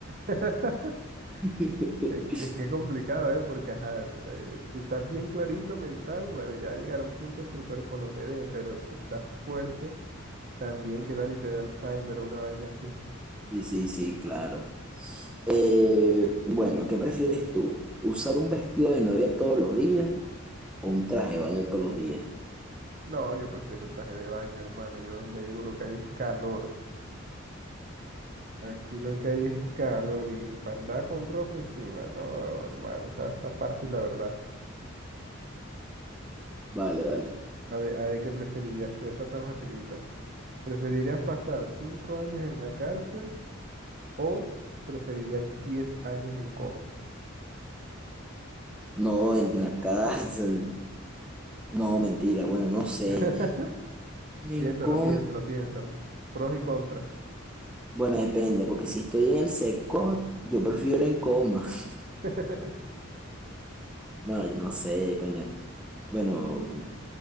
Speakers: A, on the right; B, in the centre.
A: <laughs>
B: <laughs>
A: Es, que es que es complicado, ¿eh? Porque, ajá, t- eh, si estás bien clarito mental, bueno, ya llegará un punto en que el cuerpo no te dé, pero si estás fuerte También, ¿qué tal si te da Alzheimer o una vaina así?
B: Sí, sí, sí, claro. Eh, bueno, ¿qué prefieres tú? ¿Usar un vestido de novia todos los días o un traje de baño todos los días?
A: No, yo prefiero traje de baño, hermano. Yo donde vivo lo que hay es calor. Aquí lo que hay es calor y para andar con ropa encima. No, hermano, o sea, está fácil, la verdad.
B: Vale, vale.
A: A ver, a ver qué preferirías tú. Esta está facilita. ¿Preferirías pasar cinco años en la cárcel o preferirías diez años en coma?
B: No, en la cárcel. No, mentira. Bueno, no sé.
A: <laughs> Piénsalo,
B: En coma.
A: piénsalo, piénsalo. Pros y contras.
B: Bueno, depende, porque si estoy en el seco, yo prefiero en coma. <laughs>
A: <laughs>
B: No, yo no sé, coño. Bueno,